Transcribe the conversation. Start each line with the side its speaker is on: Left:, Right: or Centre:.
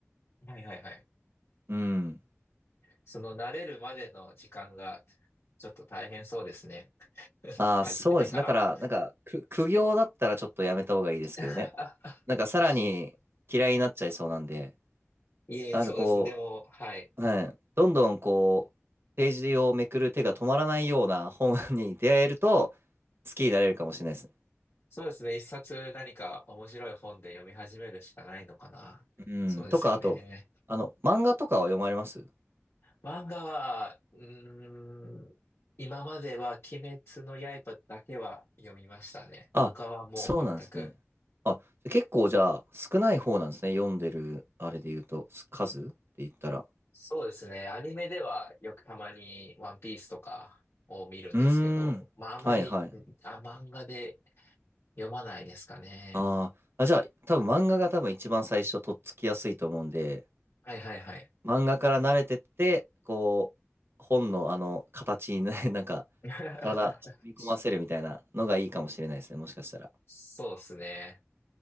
Left: ん。はいはいはい。
Right: うん。
Left: その慣れるまでの時間がちょっと大変そうですね。<laughs>
Right: ああ、
Left: 始めてから。
Right: そうです。だから、なんか、く、苦行だったらちょっとやめた方がいいですけどね。
Left: <laughs>
Right: なんか、さらに嫌いになっちゃいそうなんで、
Left: いえ、
Right: なんかこ
Left: そうですね。でも、はい。
Right: う、はい、どんどんこう、ページをめくる手が止まらないような本 <laughs> に出会えると、好きになれるかもしれないですね。
Left: そうですね。一冊何か面白い本で読み始めるしかないのかな。
Right: うん。
Left: そうですよね。
Right: とか、あと、あの、漫画とかは読まれます
Left: 漫画は、うーん、今までは鬼滅の刃だけは読みましたね。
Right: あ、
Left: 他はもう全く
Right: そうなんですね。あ、結構じゃあ、少ない方なんですね。読んでる、あれで言うと、数って言ったら。
Left: そうですね。アニメではよくたまにワンピースとかを見るんですけど、
Right: うーん。
Left: まああんまり、
Right: はいはい。
Left: んあ、漫画で読まないですかね。
Right: あーあ、じゃあ、多分漫画が多分一番最初とっつきやすいと思うんで、
Left: はいはいはい。
Right: 漫画から慣れてって、こう、本のあの、形にね、<laughs> なんか、
Left: <laughs>
Right: 体、染み込ませるみたいなのがいいかもしれないですね、もしかしたら。
Left: そうですね。